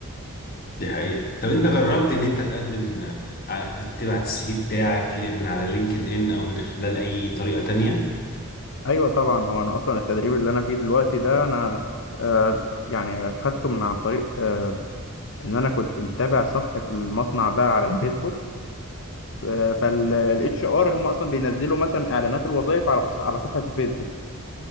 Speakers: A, on the left; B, on the left.
A: دي حقيقة طب انت جربت ان انت تقدم ع- تبعت السي في بتاعك ل- من على لينكد ان او من خلال اي طريقة تانية
B: ايوه طبعا هو انا اصلا التدريب اللي انا فيه دلوقتي ده انا آه يعني خدته من عن طريق آه ان انا كنت متابع صفحه المصنع ده على الفيسبوك آه فالاتش ار هم اصلا بينزلوا مثلا اعلانات الوظائف على بص- على صفحه الفيسبوك